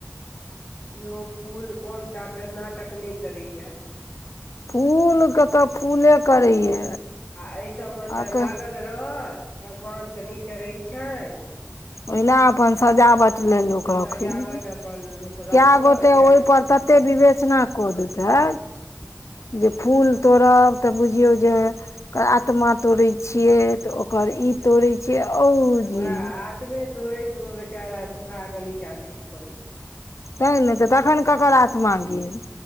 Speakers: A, on the left (about 50°); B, on the left (about 75°).
A: कियो फूल कोमटा के नाटक नहि करैए।
B: फूल के तऽ फूले करैये।
A: आ एहि सभमे तऽ
B: आके
A: लागल रहत। भगवानके नहि चढ़ै छनि‌।
B: ओहिना अपन सजावट ले लोक रखैये।
A: सजावट अपन लोक राखलक
B: कै गोटे
A: चाहे
B: ओहि पर तऽ कते बिवेचना कऽ देतनि। जे फूल तोड़ब तऽ बुझियौ- जे आत्मा तोड़े छियै तऽ ओकर ई तोड़े छियै औ-
A: वैह
B: जी
A: आत्मे तोड़ैत ओ बेचारा सुखा कऽ बेचारा नीचाँ खैस पड़ैत छै।
B: तै ने तऽ तखन ककर आत्मा गेल।